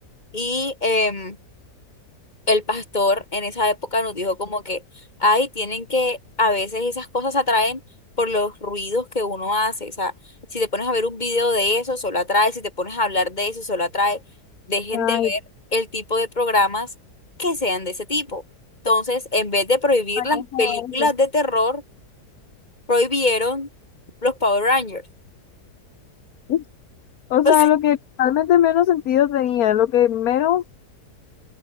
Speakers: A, on the left (about 25°); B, on the left (about 65°).
A: Y em, el pastor en esa época nos dijo como que, ay, tienen que, a veces esas cosas atraen por los ruidos que uno hace. O sea, si te pones a ver un video de eso, solo atrae. Si te pones a hablar de eso, solo atrae. Dejen
B: Ay,
A: de ver el tipo de programas que sean de ese tipo. Entonces, en vez de prohibir
B: ay,
A: las
B: no
A: películas
B: sé.
A: de terror, prohibieron los Power Rangers.
B: <laughs> O
A: <laughs>
B: sea, lo que realmente menos sentido tenía, lo que menos,